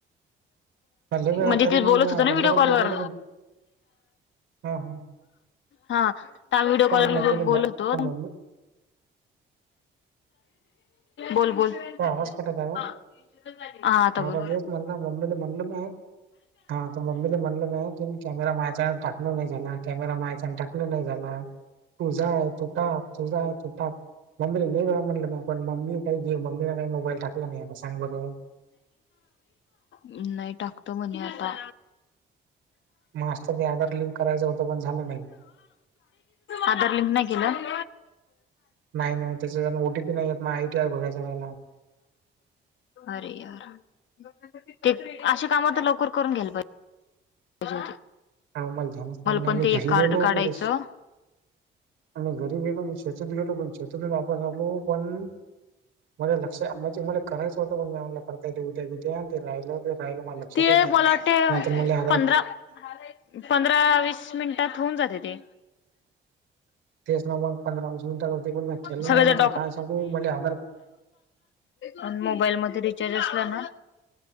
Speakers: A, on the right; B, on the left.
A: अरे लय वेळा
B: म्हणजे
A: तरी
B: ते बोलत
A: मग म्या
B: होत
A: म्हणलं
B: ना व्हिडिओ
A: बरं
B: कॉलवर
A: मम्मीला की हा हा.
B: हा त्या व्हिडिओ
A: तर
B: कॉल
A: मग मम्मीला
B: वर बोलत
A: म-
B: होतो
A: तर मम्मी
B: बोल बोल.
A: तो आवाज कटत आहे
B: हा
A: ओ
B: आता
A: हा
B: बोल.
A: बघ हेच म्हणलं मम्मीला म्हणलं म्या हा मम्मी म्हणलं म्या कॅमेरा म्ह्यांच्यान टाकणं नाही झाला. कॅमेरा मायाच्यान टाकनं नाही झाला. तु जाय तू टाक तु जाय तु टाक मम्मीला लय वेळा म्हणलं पण मम्मी काही मम्मीला काही मोबाईल टाकला नाही आता सांग बरं.
B: नाही टाकतो म्हणे आता.
A: म आज तर ते आधार लिंक करायचं होतं पण झालं नाही.
B: आधार लिंक नाही केलं?
A: नाही ना त्याचाकडनं ओ टी पी नाहीयत माय आय टी आर बघयच्या राहिलं.
B: अरे यार ते अशे कामं तर लवकर करून घ्याला पाहिजे होते.
A: अहो मला ध्यानच नाही ना
B: पण
A: मी
B: ते
A: घरी
B: एक कार्ड
A: गेलो
B: काढायचं.
A: मगच आणि घरी गेलो मी शेतात गेलो पण शेतातून वापस आलो पण म ते लक्ष म्हणजे मला करायचं होतं पण म्या म्हणलं करता येते उद्या उद्या आणि ते राहिलं. ते राहिल मला लक्षातच
B: ते
A: नाही
B: मला वाटते
A: नाही तर मले आधार
B: पंधरा पंधरा वीस मिनिटात होऊन जाते ते.
A: तेच ना मंग पंधरा वीस मिनिटात होते पण म्या केलो
B: सगळे
A: नाही ना
B: जर
A: तूला काय सांगू मले आधार
B: पण मोबाईल मध्ये रिचार्ज असला ना